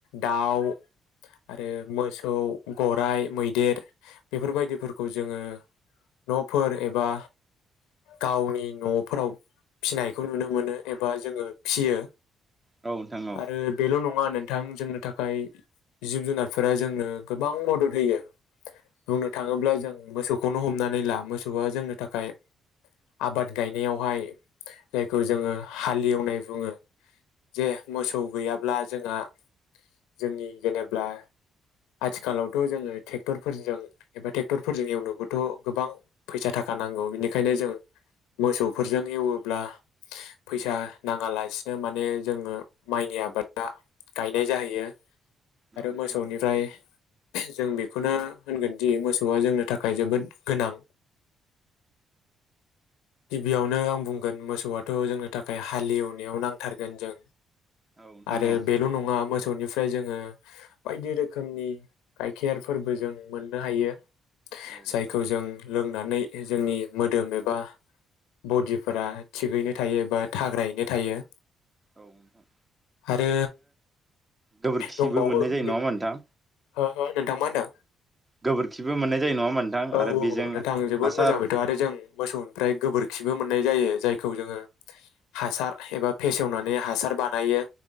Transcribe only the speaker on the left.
दाउ आरो मोसौ गराइ मैदेर बेफोरबायदिफोरखौ जोङो न'फोर एबा गावनि न'फोराव फिसिनायखौ नुनो मोनो एबा जोङो फियो
आरो बेल' नङा नों थां जोंनो थाखाय जिब जुनारफोरा जोंनो गोबां मदद होयो बुंनो थाङोब्ला जों मोसौखौनो हमनानै ला मोसौआ जोंनो थाखाय आबाद गायनायावहाय जाय खौ जोङो हालेवनाय बुङो जे मोसौ गैयाब्ला जोंहा जोंनि जेनेब्ला आथिखालावथ' जोङो ट्रेक्टरफोरजों एबा ट्रेक्टरफोरजों एवनोबोथ' गोबां फैसा थाखा नांगौ बेनिखायनो जों मोसौफोरजों एवोब्ला फैसा नाङालासिनो माने जोङो माइनि आबादा गायनाय जाहैयो
आरो
मोसौनिफ्राय
जों बेखौनो होनगोनदि मोसौआ जोंनि थाखाय जोबोद गोनां गिबियावनो आं बुंगोन मोसौआ थ' जोंनो थाखाय हालएवनायाव नांथारगोन जों
आरो
बेल' नङा मोसौनिफ्रा ओमफ्राय जोङो बायदि रोखोमनि गायखेरफोरबो जों मोननो हायो
जायखौ जों लोंनानै जोंनि मोदोम एबा बडिफोरा थिगैनो थायोबा थाग्रायैनो थायो
आरो
दंबावो
बे
होहो नोंथां मा होनदों?
औ औ
नोंथां जोबोद
मोजां बेथ' आरो जों मोसौनिफ्राय गोबोरखिबो मोननाय जायो जायखौ जोङो हासार एबा फेसेवनानै हासार बानायो